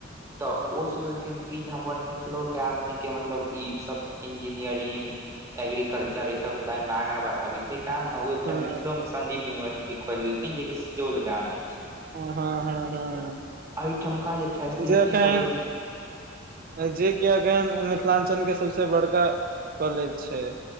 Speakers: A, on the right; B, on the right.
A: तऽ ओ सोचलखिन कि जे हम अपन मिथिलोके आदमीके मतलब ई सभ इंजीनियरिंग एग्रीकल्चर ई सब लाइन मे आगां बढ़ाबी तै कारन ने ओ एकटा
B: हूं
A: मिथिलो में संन्दीप यूनिवर्सिटी खोलि लेलखिन जेकि सुजोल गाम मे छै
B: हँ हँ हँ
A: एहिठमका जे फैसिलिटी
B: जेखन
A: सब होइ छै ने
B: जे एखन मिथिलांचल के सबसे बड़का कॉलेज छै